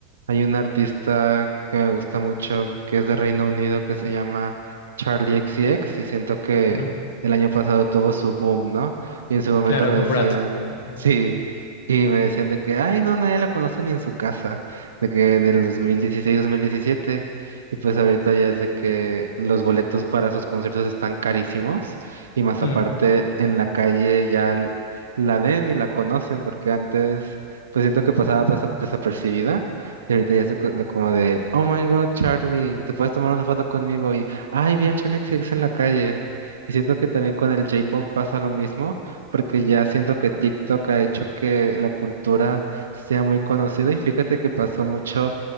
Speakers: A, on the right; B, on the left.
A: hay un artista que me gusta mucho, que es de Reino Unido, que se llama Charlie X C X y siento que
B: Ujú.
A: el año pasado tuvo su boom, ¿no? Y en su momento
B: Claro,
A: me
B: con
A: decían,
B: Brad. Ujú.
A: <laughs> sí, y me decían de que, ay, no, nadie la conoce ni en su casa, de que en el dos dos mil dieciséis mil diecisiete y pues ahorita ya es de que los boletos para sus conciertos están carísimos y más aparte
B: Mm,
A: en la calle ya l- la ven y la conocen porque antes pues siento que pasaba desa- desapercibida y ahorita ya es de co- de como de, oh my God, Charlie, te puedes tomar una foto conmigo y, ay, vi a Charlie X C X en la calle. Y siento que también con el J-Pop pasa lo mismo porque ya siento que TikTok ha hecho que la cultura sea muy conocida y fíjate que pasó mucho